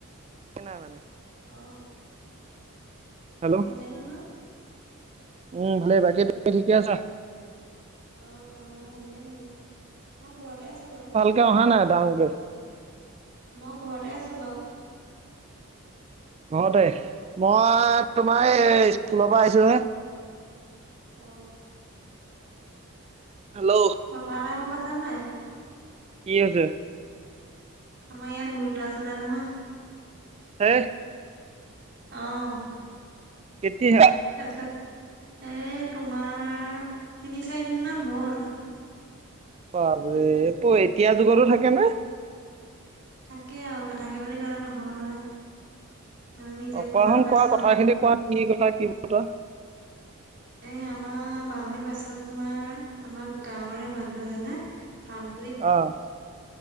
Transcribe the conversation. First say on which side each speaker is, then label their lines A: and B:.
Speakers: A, on the right (about 30°); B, on the right (about 50°).
A: এ নাই মানে
B: অ
A: হেল্ল'
B: ভালেই নহয়
A: উম ভালেই বাকী তুমি ঠিকে আছা
B: অ অ ভালেই মোৰ মই ঘৰতে আছো বাউ
A: কেয়া অহা নাই দাঙকে
B: মই ঘৰতে আছো বাৰু।
A: ঘৰতে মই তোমাৰ
B: উম
A: এই স্কুলৰ পৰা আহিছো হে।
B: অ অ।
A: হেল্ল'
B: কথা এটা গম পাচা নে নাই?
A: কি হৈছে?
B: আমাৰ ইয়াত ভূত ওলাইছিলে নহয়।
A: হেই
B: অ
A: কেতিয়া?
B: তাৰপিছত এ তোমাৰ তিনি চাৰিদিন মান হ'ল।
A: বাপৰে <unintelligible> এতিয়া যুগতো থাকে নে?
B: থাকে আৰু নাথাকে বুলি ক'লে নহ'ব নহয়। মানে নিজে
A: অ
B: প্ৰমাণ
A: কোৱা শুন
B: পাইছো
A: কোৱা কথাখিনি
B: আৰু।
A: কোৱা কি কথা কি বতৰা।
B: এ আমাৰ বাঁহনি পাছফাল তোমাৰ আমাৰ গাঁৱৰে মানুহ এজনে থাম
A: অহ